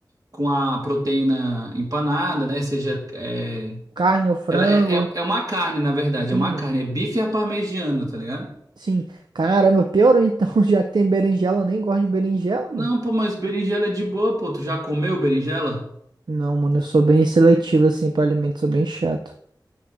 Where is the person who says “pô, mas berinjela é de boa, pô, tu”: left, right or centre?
Right